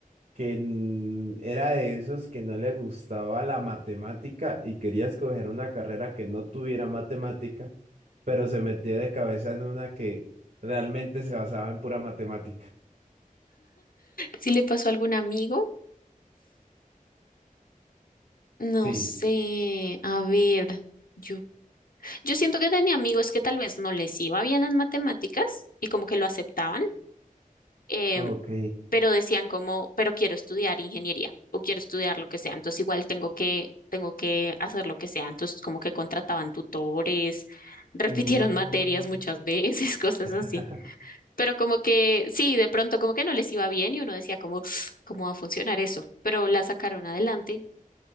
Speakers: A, on the right; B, on the left.
A: que mm, era de esos que no le gustaba la matemática y quería escoger una carrera que no tuviera matemática, pero se metió de cabeza en una que realmente se basaba en pura matemática.
B: Si le pasó a algún amigo? No
A: Sí,
B: sé, a ver, yo, yo siento que tenía amigos que tal vez no les iba bien en matemáticas y como que lo aceptaban. eh,
A: ok.
B: pero decían como, pero quiero estudiar ingeniería o quiero estudiar lo que sea, entonces igual tengo que, tengo que hacer lo que sea, entonces como que contrataban tutores, <laughs> repitieron
A: Mm,
B: materias muchas veces, <laughs> cosas
A: <laughs>
B: así, pero como que sí, de pronto como que no les iba bien y uno decía como, <sniffs> ¿cómo va a funcionar eso? Pero la sacaron adelante.